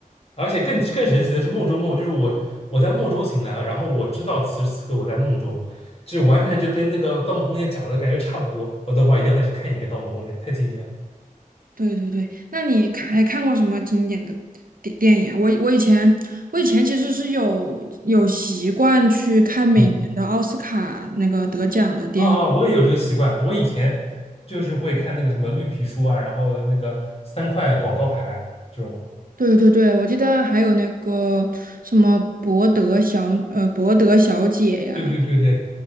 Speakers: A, on the left (about 40°); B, on the right (about 75°).
A: 而且更更神奇的是梦中梦，就是我我在梦中醒来，然后我知道此时此刻我在梦中，就完全就跟那个《盗梦空间》讲的感觉差不多。我等会儿一定要再去看一遍《盗梦空间》，太经典了。
B: 对对对。那你看还看过什么经典的电电影啊我我以前我以前其实是有有习惯去看每年的奥斯卡那个得奖的电影。
A: 嗯。哦哦，我也有这个习惯。我以前就是会看那个什么绿皮书啊，然后那个三块广告牌这种。
B: 对对对，我记得还有那个什么博德小呃博德小姐呀，
A: 对对对对，